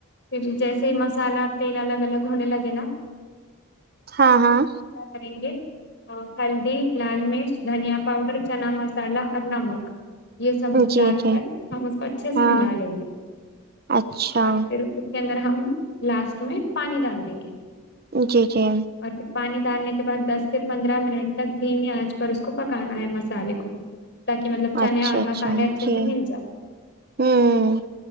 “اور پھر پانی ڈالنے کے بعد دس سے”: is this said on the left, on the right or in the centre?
Left